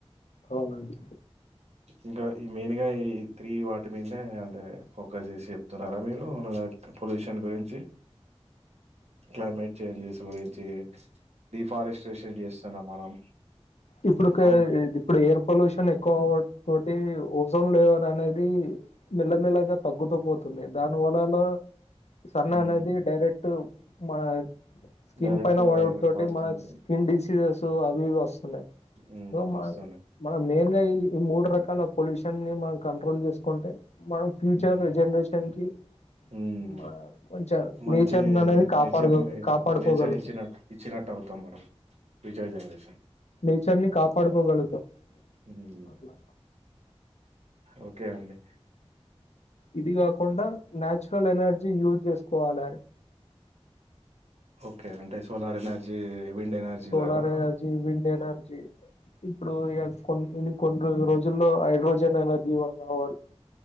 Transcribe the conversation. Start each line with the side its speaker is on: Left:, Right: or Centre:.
Left: అవునండి
Right: ఇంకా ఈ మెయిన్ గా ఈ త్రీ వాటి మీదనే అంటే ఫోకస్ చేసి చెప్తున్నారా మీరు నాక్ పొల్యూషన్ గురించి, క్లైమేట్ చేంజెస్ గురించి డిఫారెస్ట్రేషన్ చేస్తున్నాం మనం
Left: ఇప్పుడు ఒక
Right: కన్
Left: ఇప్పుడు ఎయిర్ పొల్యూషన్ ఎక్ అవ్వుడు తోటి ఓజోన్ లేయర్ అనేది మెల్లమెల్లగా తగ్గుతూ పోత్ తుంది దానివల్లనా సన్
Right: మ్మ్
Left: అనేది డైరెక్ట్ మన స్కిన్
Right: డైరెక్ట్
Left: పైన వడుడు తోటి
Right: పడుతుంది
Left: మన స్కిన్ డిసీజెస్ అవి ఇవి ఓస్
Right: మ్మ్
Left: సో మ
Right: వస్తుంది
Left: మన మెయిన్ గా ఈ మూడు రకాల పొల్యూ షన్ని మనం కంట్రోల్ చేసుకుంటే మనం ఫ్యూచర్
Right: మ్మ్
Left: జనరేషన్ కి హే
Right: మ్మ్
Left: మా కొంచెం
Right: మంచి
Left: నేచర్ అనేది కాపాడ
Right: నేచర్ ని
Left: కాపాడుకోగలుగుతుంది
Right: నేచర్ ఇచ్చినట్టు ఇచ్చినట్టు అవుతాం మనం ఫ్యూచర్ జనరేషన్
Left: నేచర్ ని కాపాడుకోగలుగుతాం
Right: మ్మ్
Left: అట్లా
Right: ఓకే అండి
Left: ఇది కాకుండా న్యాచురల్ ఎనర్జీ యూజ్ చేసుకోవాలి
Right: ఓకే అంటే సోలార్ ఎనర్జీ విండ్ ఎనర్జీ
Left: solar
Right: లాగా
Left: energy, wind energy ఇప్పుడు ఇగ కోన్ కొన్ని రోజుల్లో హైడ్రోజన్ ఎనర్ జీ వనవడుతు